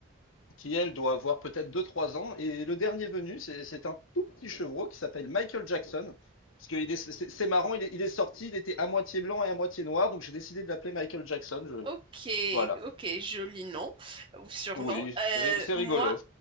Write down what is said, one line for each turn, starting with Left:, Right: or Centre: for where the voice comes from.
Left: qui elle doit avoir peut-être deux trois ans. Et le dernier venu, c'est c'est un tout petit chevreau qui s'appelle Michael Jackson. Parce que il est- c'est c'est marrant, il est, il est sorti, il était à moitié blanc et à moitié noir, donc j'ai décidé de l'appeler Michael Jackson. je-
Right: Ok,
Left: Voilà.
Right: ok, joli nom ou surnom.
Left: Oui,
Right: Euh,
Left: c'est ri- c'est
Right: moi,
Left: rigolo.